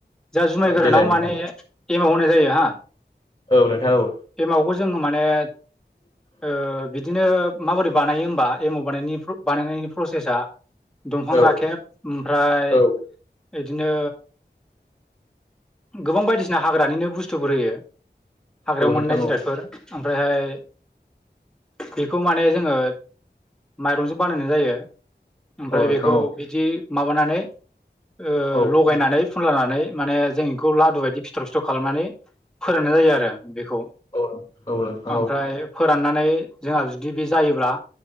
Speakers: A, in the centre; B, on the left.
A: जोआ जुमाय गोरानाव
B: देलाय नोंथां
A: माने एमव होनाय जायो हा
B: औ नोंथां औ
A: एमावखौ जोङो माने
B: <inaudible>
A: ओ बिदिनो माबोरै बानायो होमबा एमाव बानानि बानायनायनि प्रसेसा दंफां
B: औ
A: राखेब ओमफ्राय
B: औ
A: इदिनो गोबां बायदिसिना हाग्रानिनो बुस्थुफोर होयो हाग्रायाव
B: औ
A: मोननाय
B: नोंथां
A: जिरादफोर
B: औ
A: आमफ्रायहाय बेखौ माने जोङो माइरंजों बानायनाय जायो ओमफ्राय
B: औ नोंथां
A: बेखौ
B: औ
A: बिदि माबानानै ओ
B: औ
A: लगायनानै फुनलानानै माने जों इखौ लादु बायदि फिथर फिथर खालामनानै फोराननाय जायो आरो बेखौ
B: औ औ नोंथां
A: आमफ्राय
B: औ
A: फोराननानै जोंहा जुदि बे जायोब्ला